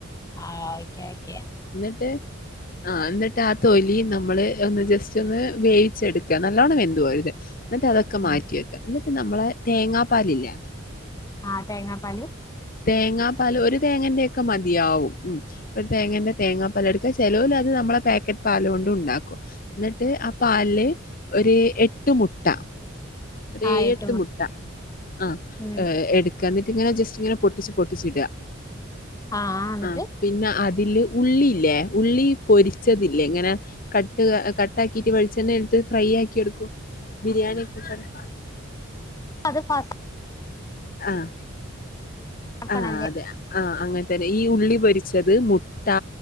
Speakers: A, on the left; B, on the left.
A: ആഹ് ഓക്കെ ഓക്കെ.
B: ഇന്നിട്ട് ആഹ് ഇന്നിട്ട് ആ തൊലി നമ്മള് ഒന്ന് ജസ്റ്റൊന്ന് വേവിച്ചെടുക്ക. നല്ലോണം വെന്ത്‌ പോവരുത്. ഇന്നിട്ട് അതൊക്കെ
A: ഉം
B: മാറ്റി വെക്ക. ഇന്നിട്ട് നമ്മളെ തേങ്ങാ പാലില്ലേ?
A: ആ തേങ്ങാ പാല്
B: തേങ്ങാപാല് ഒരു തേങ്ങന്റെക്കെ മതിയാവും. ഉം ഒരു തേങ്ങേന്റെ തേങ്ങാപ്പാാലെടുക്കാ. ചെലോലത് നമ്മളെ പാക്കറ്റ് പാലോണ്ടും ണ്ടാക്കും. ഇന്നിട്ട് ആ പാലില് ഒരു എട്ട് മുട്ട ഒരു
A: ആഹ്
B: ഏഴെട്ട്
A: എട്ട്
B: മുട്ട ആ
A: ഉം
B: ഏഹ് ട്ക്കാ. ഇന്നിട്ട്ങ്ങനെ ജസ്റ്റ്ങ്ങനെ പൊട്ടിച്ച് പൊട്ടിച്ചിടാ.
A: ആ ആ ന്നിട്ട്?
B: ആഹ്. പിന്നെ അതില് ഉള്ളില്ലേ? ഉള്ളി പൊരിച്ചതില്ലേ ഇങ്ങനെ? കട്ട് കട്ടാക്കിട്ട് വെളിച്ചെണ്ണയെടുത്ത് ഫ്രൈയ്യാക്കിയെടുക്കും. ബിരിയാണിയൊക്കെ ്
A: അത് പാ
B: ആഹ്
A: ആക്കണല്ലേ
B: ആ അതെ ആ അങ്ങത്തന്നെ. ഈ ഉള്ളി പൊരിച്ചത്, മുട്ട